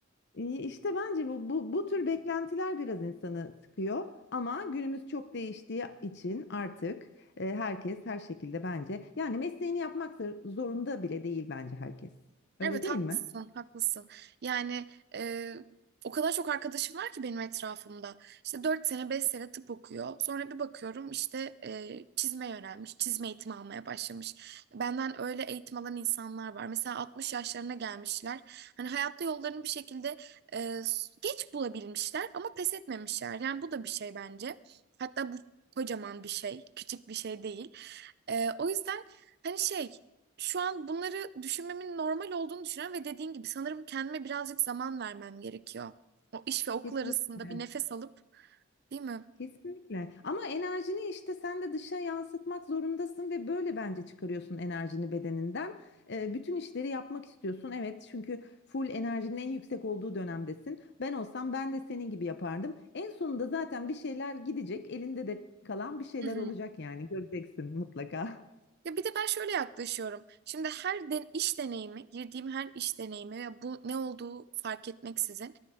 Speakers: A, on the left; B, on the right.
A: İyi, İşte bence bu, bu, bu tür beklentiler biraz insanı sıkıyor. Ama günümüz çok değiştiği için artık e, herkes her şekilde bence yani mesleğini yapmak zor- zorunda bile değil bence herkes. Öyle
B: Evet
A: değil
B: haklısın,
A: mi?
B: haklısın. Yani e, o kadar çok arkadaşım var ki benim etrafımda. İşte 4 sene 5 sene tıp okuyor. Sonra bir bakıyorum işte e, çizme yönelmiş, çizme eğitimi almaya başlamış. Benden öyle eğitim alan insanlar var. Mesela 60 yaşlarına gelmişler. Hani hayatta yollarını bir şekilde e, geç bulabilmişler ama pes etmemişler. Yani bu da bir şey bence. Hatta bu kocaman bir şey, küçük bir şey değil. E, o yüzden hani şey şu an bunları düşünmemin normal olduğunu düşünüyorum ve dediğin gibi sanırım kendime birazcık zaman vermem gerekiyor. O iş ve okul
A: Kesinlikle.
B: arasında bir nefes alıp, değil mi?
A: Kesinlikle. Ama enerjini işte sen de dışa yansıtmak zorundasın ve böyle bence çıkarıyorsun enerjini bedeninden. Ee, bütün işleri yapmak istiyorsun. Evet, çünkü full enerjinin en yüksek olduğu dönemdesin. Ben olsam ben de senin gibi yapardım. En sonunda zaten bir şeyler gidecek, elinde de kalan bir şeyler
B: Hı hı.
A: olacak yani göreceksin mutlaka.
B: Ya bir de ben şöyle yaklaşıyorum. Şimdi her den iş deneyimi, girdiğim her iş deneyimi ve bu ne olduğu fark etmeksizin